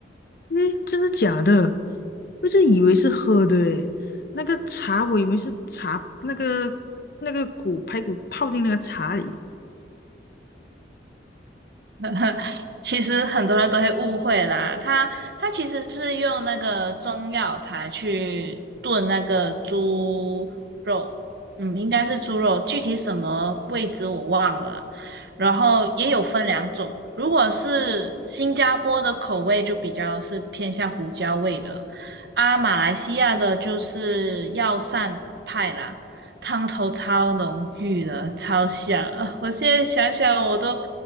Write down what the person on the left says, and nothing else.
诶，真的假的？我就以为是喝的诶，那个茶我以为是茶，那个那个骨排骨泡进那个茶里。